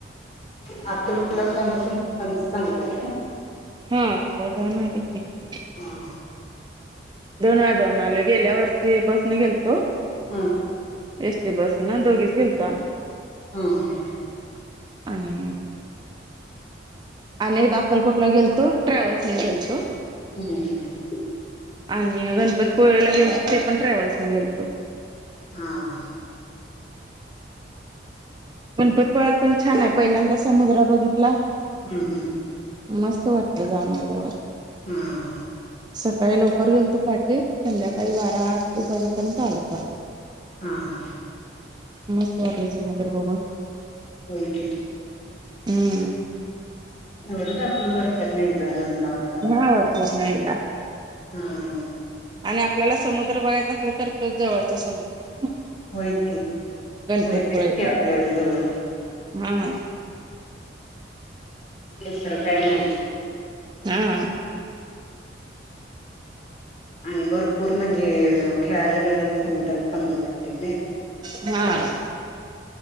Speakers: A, on the left (about 30°); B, on the right (about 25°).
A: अक्कलकोटला स्वामी समर्थांच चांगलं हाय नाय
B: हा तिकडे जा नाक <unintelligible>
A: हा.
B: दोन वेळा जाऊन आले गेल्या वर्षी बसन गेलतो
A: हा.
B: एसटी बस ना दोघीच गेलतो आम्ही
A: हा हा हा
B: आणि अनेकदा अक्कलकोटला गेलतो ट्रॅव्हल्सने गेलतो
A: हम् ह ह
B: आणि गणपतपोळेला गेलतो, ते पण ट्रॅव्हल्स न गेलतो.
A: हा हा
B: गणपतीपुळ्यात पण छान आहे पहिल्यांदा समुद्र बघितला
A: हम्म हम्म
B: मस्त वाटलं जाऊन आल्यावर.
A: हमम
B: सकाळी लवकर गेलतो पहाटे, संध्याकाळी बारा एक वाजेपर्यंत आलो परत.
A: हा हा
B: मस्त वाटले समुद्र बघून
A: होय की
B: हम्म
A: तेवढेच आपलं वर्षातन एकदा दोनदा आपलं.
B: हा वर्षात ना एकदा
A: हम्म.
B: आणि आपल्याला समुद्र बघायचा असलं तर, तोच जवळचा समुद्र आहे.
A: होयच की
B: गणपतपुळेचा,
A: होय तेच की आपल्याला जवळ
B: हा.
A: दुसर काय नाही
B: हा.
A: आणि भरपूर म्हणजे खेळायला मिळायल. समुद्रात चांगलं वाटते ने
B: हा.